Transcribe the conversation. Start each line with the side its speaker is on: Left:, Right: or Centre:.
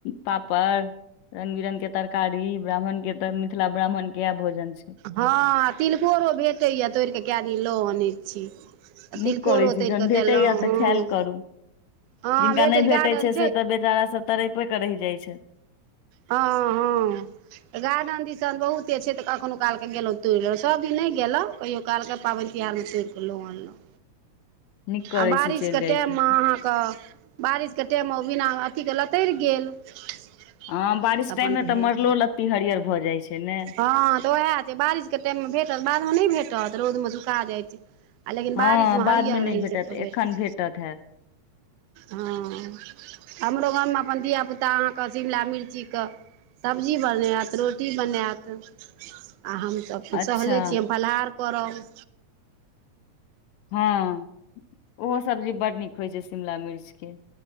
Left: पापड़ रंग बिरंग के तरकारी ब्राह्मण के तऽ मिथिला ब्राह्मण के इएह भोजन छै
Right: हँ आ तिलकोरो भेटैया तोड़ि कऽ कए दिन लऽ अनै छी आ
Left: नीक
Right: तिलकोरो
Left: करैत छी
Right: तोड़ि
Left: जखन
Right: कऽ
Left: भेटैया
Right: देलहुँ
Left: तऽ
Right: हँ
Left: ख्याल करू
Right: हँ
Left: जिनका
Right: भेटै
Left: नहि भेटैत
Right: गार्डन
Left: छै से तऽ बेचाराभ तरपेके रहि जाइत छै
Right: ह हँ गार्डन दिशन बहुते छै तऽ कखनो काल के गेलहुं तोड़ि लेल सब दिन नहि गेलहु कहियो कालके पाबैन तिहारमे तोड़ कऽ लहुँ अनलहुँ
Left: नीक करै
Right: आ बारिस
Left: छी चलि
Right: के
Left: जाइ
Right: टाइम
Left: छी
Right: मे अहाँ कऽ बारिशके टाइममे ओ बिना अथीके लतैर गेल त
Left: हँ बारिश
Right: अपन
Left: टाइम मे
Right: भेल
Left: तऽ मरलो लत्ती हरियर भऽ जाइ छै ने
Right: हँ तऽ उएह छै बारिश केते मे भेटत बाद मे नहि भेटत रौद मे सुखा जाइत छै आ लेकिन
Left: हँ
Right: बारिश मे
Left: बाद
Right: हरियर
Left: नहि
Right: रहै
Left: भेटत
Right: छै त
Left: एखन
Right: भेट
Left: भेटत हैत
Right: हँ हमरो गाममे अपन धिय पुता ता अहाँके शिमला मिर्चीके सब्जी बनायत रोटी बनायत आ हम त अपन
Left: अच्छा
Right: सहले छी हम फलाहार करब
Left: हँ ओहो सब्जी बड्ड नीक होइ छै शिमला मिर्चके